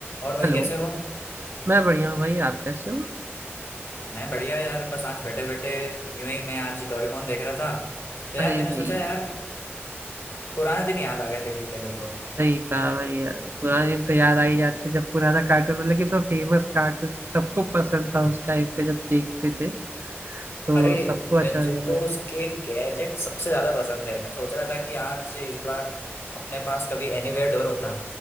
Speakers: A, on the left (about 60°); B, on the right (about 55°).
A: और भाई
B: हेलो
A: कैसे हो
B: मैं बढ़िया हूँ भाई आप कैसे हो
A: मैं बढ़िया यार बस आज बैठे बैठे यूं ही मैं आज डोरेमोन देख रहा था तो यार
B: अरे
A: मैंने
B: भाई
A: सोचा यार पुराने दिन याद आ गए पहले पहले तो
B: सही कहा भाई यार पुराने दिन तो याद आ ही जाते जब पुराना कार्टून मतलब कि इतना फेमस कार्टून सबको पसंद था उस टाइम पे जब देखते थे तो
A: अरे
B: सबको अच्छा
A: मुझे
B: लगता
A: तो उसके गैजेट सबसे ज्यादा पसंद है मैं सोच रहा था कि आज इस बार अपने पास कभी एनीवेयर डोर होता